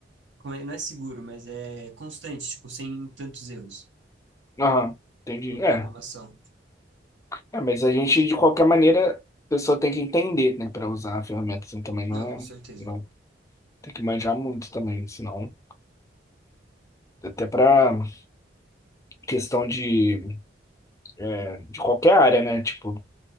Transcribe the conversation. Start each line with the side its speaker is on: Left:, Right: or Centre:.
Right: como é- não é seguro, mas é constante, tipo, sem tantos erros
Left: Aham. Entendi.
Right: com programação.
Left: É. É, mas a gente, de qualquer maneira, a pessoa tem que entender, né, pra usar a ferramenta assim também. Não
Right: Não,
Left: é.
Right: com certeza.
Left: Não, tem que manjar muito também, senão. Até pra questão de, é, de qualquer área, né? Tipo,